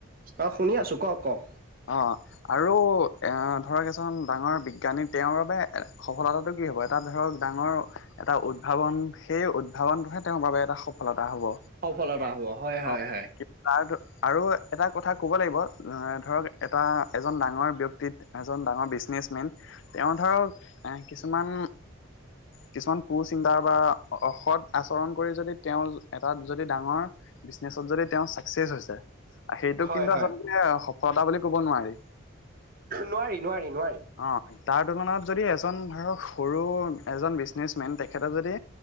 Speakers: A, on the right; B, on the left.
A: অ' শুনি আছোঁ কওক কওক।
B: অ'। আৰু এ, ধৰক এজন ডাঙৰ বিজ্ঞানী, তেওঁৰ বাবে সফলতাটো কি হ'ব, এটা ধৰক ডাঙৰ এটা উদ্ভাৱন সেই উদ্ভাৱনটোহে তেওঁৰ বাবে এটা সফলতা হ'ব।
A: সফলতা হ'ব হয় হয়
B: অ
A: হয়।
B: তাৰ আৰু এটা কথা ক'ব লাগিব অ' ধৰক এটা এজন ডাঙৰ ব্যক্তিত, এজন ডাঙৰ বিজনেচমেন তেওঁ ধৰক এ, কিছুমান কিছুমান কুচিন্তা বা অসৎ আচৰণ কৰি যদি তেওঁ এটাত যদি ডাঙৰ বিজনেচত যদি তেওঁ ছাকচেছ হৈছে সেইটোক
A: হয়
B: কিন্তু
A: হয়
B: আচলতে সফলতা বুলি ক'ব নোৱাৰি।
A: নোৱাৰি নোৱাৰি নোৱাৰি।
B: অ' তাৰ তুলনাত যদি এজন ধৰক সৰু এজন বিজনেচমেন তেখেতক যদি